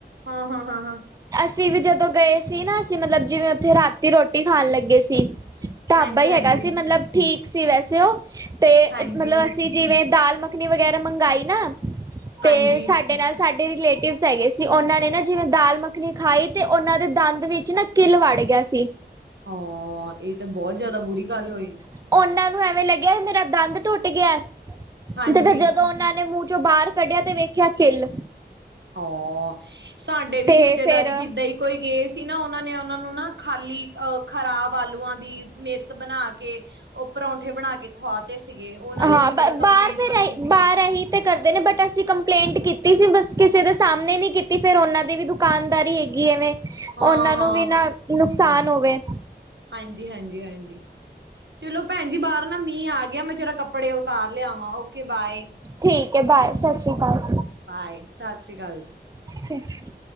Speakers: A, on the right; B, on the right.
A: ਹਾਂ-ਹਾਂ-ਹਾਂ-ਹਾਂ।
B: ਅਸੀਂ ਵੀ ਜਦੋਂ ਗਏ ਸੀ ਨਾ ਅਸੀਂ ਮਤਲਬ ਜਿਵੇਂ ਓਥੇ ਰਾਤੀ ਰੋਟੀ ਖਾਣ ਲੱਗੇ ਸੀ। ਢਾਬਾ
A: ਹਾਂਜੀ
B: ਹੀ
A: ਹਾਂਜੀ
B: ਹੈਗਾ ਸੀ ਮਤਲਬ ਠੀਕ ਸੀ ਵੈਸੇ ਓ, ਤੇ
A: ਹਾਂਜੀ
B: ਮਤਲਬ ਅਸੀ ਜਿਵੇਂ ਦਾਲ ਮੱਖਣੀ ਵਗੈਰਾ ਮੰਗਾਈ ਨਾ ਤੇ
A: ਹਾਂਜੀ
B: ਸਾਡੇ ਨਾਲ ਸਾਡੇ ਰਿਲੇਟਿਵਸ ਹੈਗੇ ਸੀ ਓਨਾਂ ਨੇ ਨਾ ਜਿਵੇਂ ਦਾਲ ਮੱਖਣੀ ਖਾਈ ਤੇ ਓਨਾਂ ਦੇ ਦੰਦ ਵਿੱਚ ਨਾ ਕਿੱਲ ਵੜ ਗਿਆ ਸੀ।
A: ਹਾਂ! ਏ ਤਾਂ ਬੋਤ ਜਾਦਾ ਬੁਰੀ ਗੱਲ ਹੋਈ।
B: ਓਨਾਂ ਨੂੰ ਐਵੇਂ ਲੱਗਿਆ ਮੇਰਾ ਦੰਦ ਟੁੱਟ ਗਿਆ ਤੇ,
A: ਹਾਂਜੀ
B: ਫਿਰ ਜਦੋਂ ਓਨਾਂ ਨੇ ਮੂੰਹ ਚੋਂ ਬਾਰ ਕੱਢਿਆ ਤੇ ਵੇਖਿਆ ਕਿੱਲ।
A: ਹਾਂ! ਸਾਡੇ ਵੀ
B: ਤੇ
A: ਰਿਸ਼ਤੇਦਾਰੀ
B: ਫਿਰ
A: ਚ ਇਦਾਂ ਈ ਕੋਈ ਗਏ ਸੀ ਨਾ ਓਨਾਂ ਨੇ ਓਨਾਂ ਨੂੰ ਨਾ ਖਾਲੀ ਅਹ ਖਰਾਬ ਆਲੂਆਂ ਦੀ ਮੇਸ ਬਣਾ ਕੇ ਓ ਪਰੌਂਠੇ ਬਣਾ ਕੇ ਖਆ ਤੇ ਸੀਗੇ, ਓਨਾਂ ਨੇ
B: ਹਾਂ
A: ਵੀ
B: ਬ
A: ਬੜੀ ਕੰਪਲੇਂਟ
B: ਬਾਹਰ ਫਿਰ
A: ਕੀਤੀ
B: ਇਹੀ
A: ਸੀਗੀ।
B: ਬਾਹਰ ਇਹੀ ਕਰਦੇ ਨੇ ਬਟ, ਅਸੀਂ ਕੰਪਲੇਂਟ ਕੀਤੀ ਸੀ ਬਸ ਕਿਸੇ ਦੇ ਸਾਮਣੇ ਨੀ ਕੀਤੀ ਫੇਰ ਓਨਾਂ ਦੀ ਵੀ ਦੁ ਕਾਨਦਾਰੀ ਹੈਗੀ ਐਵੇਂ
A: ਹਾਂ
B: ਓਨਾਂ ਨੂੰ
A: ਹਾਂ
B: ਵੀ ਨਾ ਨੁਕਸਾਨ ਹੋਵੇ।
A: ਹਾਂਜੀ-ਹਾਂਜੀ-ਹਾਂਜੀ। ਚਲੋ ਭੈਣ ਜੀ ਬਾਰ ਨਾ ਮੀਂਹ ਆ ਗਯਾ। ਮੈਂ ਜਰਾ ਕੱਪੜੇ ਉਤਾਰ ਲਿਆਵਾਂ, ਓਕੇ ਬਾਏ।
B: ਠੀਕੈ, ਬਾਏ ਸਤਿ ਸ਼੍ਰੀ ਕਾਲ।
A: ਬਾਏ, ਸਤਿ ਸ਼੍ਰੀ ਅਕਾਲ ਜੀ।
B: ਅੱਛਾ ਜੀ।